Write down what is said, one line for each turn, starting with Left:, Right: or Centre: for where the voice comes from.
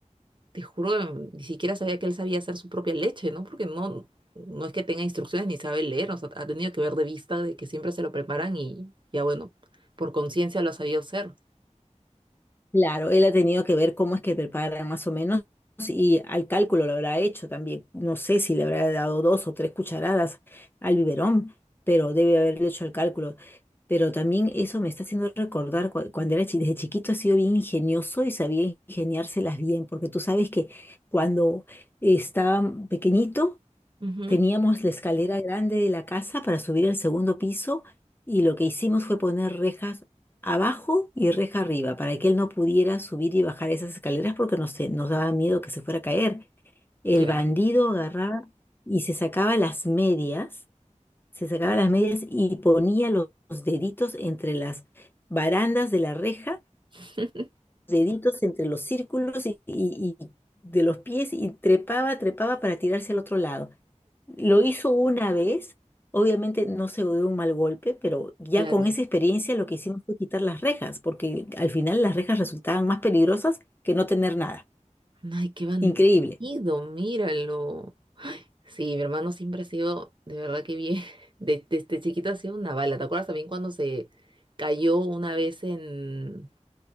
Right: te juro, ni siquiera sabía que él sabía hacer su propia leche, ¿no? Porque no, no es que tenga instrucciones ni sabe leer, o sea, ha tenido que ver de vista de que siempre se lo preparan y ya bueno, por conciencia lo ha sabido hacer.
Left: Claro, él ha tenido que ver cómo es que preparan más o menos y al cálculo lo habrá hecho también. No sé si le habrá dado dos o tres cucharadas al biberón, pero debe haberlo hecho al cálculo. Pero también eso me está haciendo recordar cua- cuando era chi- desde chiquito ha sido bien ingenioso y sabía ingeniárselas bien, porque tú sabes que cuando estaba pequeñito
Right: Ujú,
Left: Teníamos la escalera grande de la casa para subir al segundo piso y lo que hicimos fue poner rejas abajo y reja arriba para que él no pudiera subir y bajar esas escaleras porque nos, te- nos daba miedo que se fuera a caer. El
Right: claro,
Left: bandido agarraba y se sacaba las medias, se sacaba las medias y ponía los, los deditos entre las barandas de la reja
Right: <laughs>
Left: deditos entre los círculos y, y- y de los pies y trepaba, trepaba para tirarse al otro lado. Lo hizo una vez, obviamente no se dio un mal golpe, pero ya
Right: claro.
Left: con esa experiencia lo que hicimos fue quitar las rejas, porque al final las rejas resultaban más peligrosas que no tener nada.
Right: Ay, qué bandido,
Left: Increíble.
Right: míralo. Sí, mi hermano siempre ha sido, de verdad que bien, <laughs> de- desde chiquito ha sido una bala. ¿Te acuerdas también cuando se cayó una vez en,